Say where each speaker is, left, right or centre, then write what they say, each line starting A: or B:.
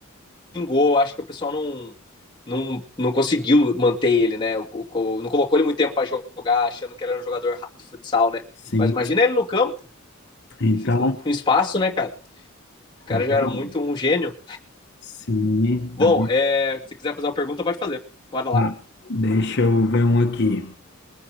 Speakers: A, on the left; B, on the left.
A: vingou. Acho que o pessoal não não, não conseguiu manter ele, né? O, o, não colocou ele muito tempo para jogar, achando que ele era um jogador de futsal, né?
B: sim.
A: Mas imagina ele no campo,
B: Então,
A: com, com espaço, né, cara? O cara
B: é
A: já
B: bom.
A: era muito um gênio.
B: Sim,
A: Bom,
B: tá
A: é, se quiser fazer uma pergunta, pode fazer. Bora lá.
B: Tá, deixa eu ver um aqui.